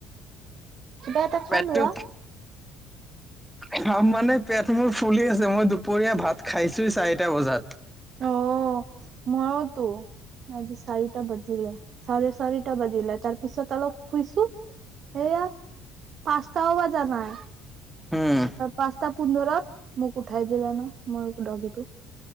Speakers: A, on the right (about 55°); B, in the centre.
A: কিবা এটা খাই
B: পেটটো
A: লোৱা।
B: খাম মানে পেট মোৰ ফুলি আছে মই দুপৰীয়া ভাত খাইছো চাৰিটা বজাত।
A: অ মইতো আজি চাৰিটা বাজিলে চাৰে চাৰিটা বাজিলে তাৰপিছত অলপ শুইছো সেয়া পাঁচটাও বজা নাই।
B: উম
A: পাচঁটা পুন্ধৰত মোক উঠাই দিলান মোৰ ডগিটো।